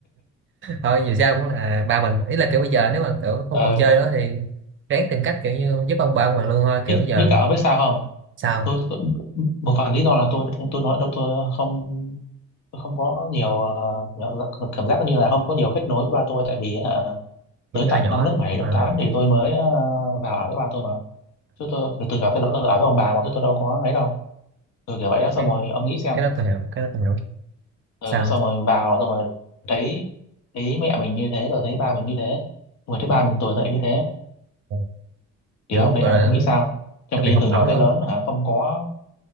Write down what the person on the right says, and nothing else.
Thôi dù sao cũng là ba mình ý là kiểu bây giờ nếu mà kiểu không
còn chơi nữa thì ráng tìm cách kiểu như giúp ông ba ông hoàn lương thôi kiểu
giờ
sao
kiểu
như
hồi nhỏ
nữa.
Ờ,
à,
cái đó tôi hiểu cái đó tôi hiểu
sao
Ờ,
kiểu
gọi
là
nó,
nó
bị hụt
hẫng
luôn